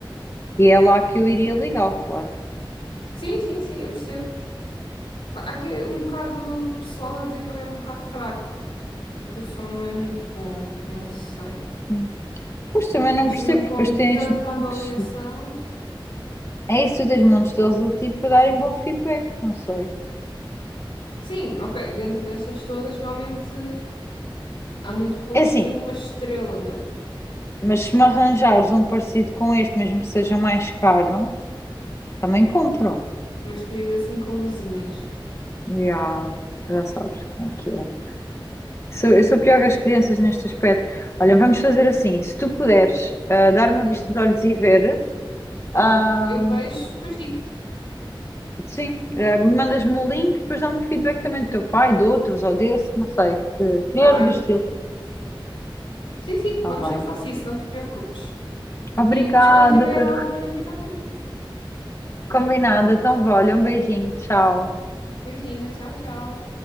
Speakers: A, on the left; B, on the left.
A: E é lá que eu iria ligá-lo, claro.
B: Sim, sim, sim, eu percebo. Pá, Há aqui é um bocado de pessoal a dizer que ele é um bocado fraco e que o som não é muito bom. Não sei.
A: Hum. Mas também não
B: Mas
A: percebo,
B: também com
A: porque depois tens
B: tanta avaliação.
A: montes. É isso, tu tens montes deles a ti para darem bom feedback, não sei.
B: Sim, ok, dentro destas todas, realmente há muito poucos
A: É assim,
B: de uma estrela, mas.
A: mas se me arranjares um parecido com este, mesmo que seja mais caro, também compro.
B: Mas querias assim com luzinhas. <laughs>
A: Já, já sabes como é que é. Sou- eu sou pior que as crianças neste aspecto. Olha, vamos fazer assim: se tu puderes ah, dar uma
B: Hum,
A: vista de olhos e ver,
B: tá
A: ah,
B: bem. Eu vejo, depois digo-te.
A: Sim, eh, mandas-me o link, depois dá-me o feedback também do teu pai, de outros ou desse, não sei, se criar
B: Tá bem.
A: do estilo.
B: Sim, sim,
A: Está
B: vamos,
A: bem.
B: eu faço isso, não te preocupes.
A: Obrigada,
B: E depois, quando tiver
A: pe-
B: alguma novidade, eu digo.
A: combinada. Então, vá, olha, um beijinho, tchau.
B: Beijinho, tchau, tchau.